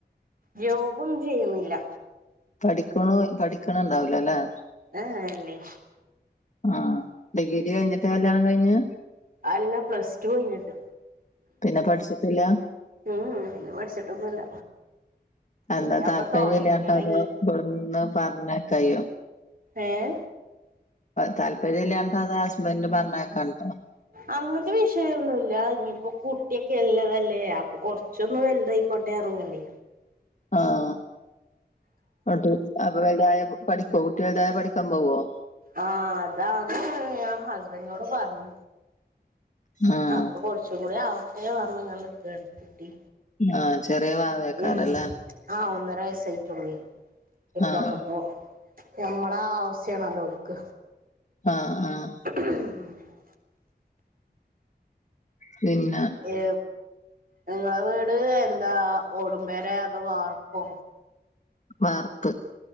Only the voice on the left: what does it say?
പഠിക്കണോ പഠിക്കണണ്ടാവില്ലല്ലേ
ആഹ് ഡിഗ്രി കഴിഞ്ഞിട്ടാ കല്യാണം കഴിഞ്ഞ്
പിന്നെ പഠിച്ചിട്ടില്ല
അല്ല
താല്പര്യം
ഇല്ലാത്തതൊ
അതോ ഇവിടെ നിന്ന് പറഞ്ഞുയാക്കയോ
താല്പര്യം ഇല്ലാണ്ടോ അതോ ആ ഹസ്ബൻഡറ് പറഞ്ഞയക്കാഞ്ഞിട്ടോ
ആഹ എന്നിട്ട് അപ്പൊ വലുതായ പഠിക്കുവോ കുട്ടി വലുതായ പഠിക്കാൻ പോവോ
ആഹ്
ആഹ ചെറിയ വാവ ആക്കാരല്ലേ
ആഹ്
ആഹ്‌ ആഹ്‌
പിന്നെ
വാർപ്പ്